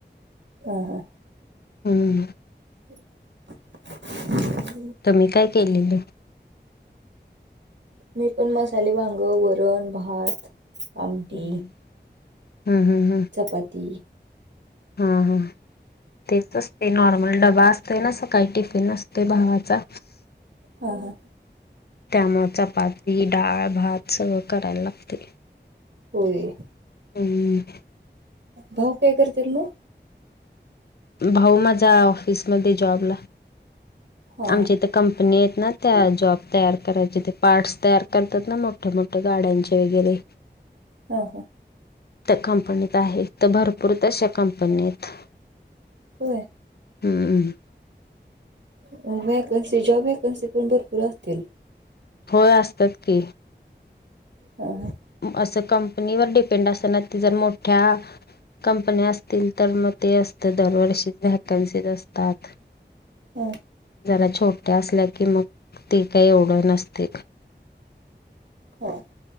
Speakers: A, on the right (about 80°); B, on the left (about 60°).
A: हा हा.
B: हम्म
A: <inaudible>
B: तुम्ही मी काय केलेले.
A: मी पण मसाले वांग, वरण, भात. आमटी
B: हम्म हम्म हम्म
A: चपाती
B: हा हा तेच असते नॉर्मल. डबा असते ना सकाळी टिफिन असतोय भावाचा.
A: हा हा
B: त्यामुळे चपाती, डाळ, भात सगळं करायला लागते.
A: होय.
B: हम्म
A: भाऊ काय करत्यात मग.
B: भाऊ माझ्या ऑफिसमध्ये जॉबला
A: हा
B: आमच्या इथे कंपनी आहेत ना त्या जॉब तयार करायच्या. त्या पार्टस तयार करतात ना मग. मोठ्या मोठ्या गाड्यांचे वगैरे
A: हा हा हा
B: त्या कंपनीत आहे. तर भरपूर तशा कंपनी आहेत.
A: होय.
B: हम्म
A: व्हॅकन्सी जॉब व्हॅकन्सी पण भरपूर असतील.
B: होय असतात की.
A: हा हा
B: असं कंपनीवर डिपेंड असतना ती जर मोठ्या कंपनी असतील तर मग ते असत दरवर्षी व्हॅकन्सी असतात.
A: ह.
B: जरा छोट्या असल्या की मग ते काय एवढं नसते.
A: हअ.